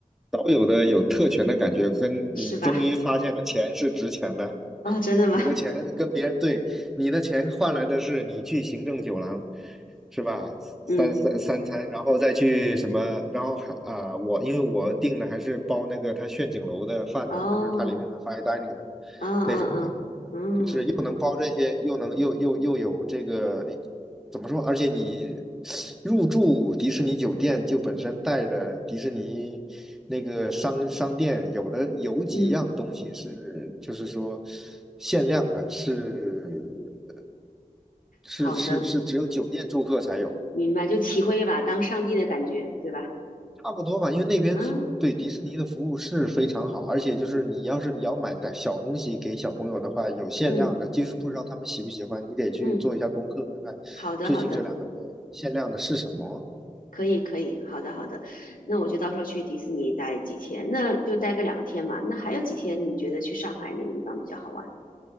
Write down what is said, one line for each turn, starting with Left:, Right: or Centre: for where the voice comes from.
Centre: 少有的有特权的感觉，跟你终于发现了钱是值钱的。
Left: 是吧？<laughs> 哦，真的吗？
Centre: 你的钱跟别人对，你的钱换来的是你去行政酒廊，是吧？
Left: 嗯，
Centre: 三三三餐，然后再去什么，然后还啊、我因为我订的还是包那个他炫景楼的饭的，
Left: 哦，
Centre: 它就是它里面的 fine dining 的
Left: 嗯
Centre: 那种的，
Left: 嗯嗯。
Centre: 就是又能包这些，
Left: 嗯
Centre: 又能又又又有这个怎么说？而且你入住迪士尼酒店就本身带着迪士尼那个商商店，有的有几样东西是就是说
Left: 嗯，
Centre: 限量的，是是是是只有酒店住客才有。
Left: 好的，明白，就体会一把当上帝的感觉，对吧？
Centre: 差不多吧，因为那边服对迪士尼的服务是非常好，
Left: 嗯
Centre: 而且就是你要是要买的小东西给小朋友的话，有限量的，
Left: 嗯
Centre: 就是不知道他们喜不喜欢，你得去做一下功课，
Left: 嗯，
Centre: 看看最近这两个月限量的是什么。
Left: 好的好的，可以可以，好的好的，那我就到时候去迪士尼待几天，那就待个两天嘛。那还有几天你觉得去上海哪个地方比较好玩？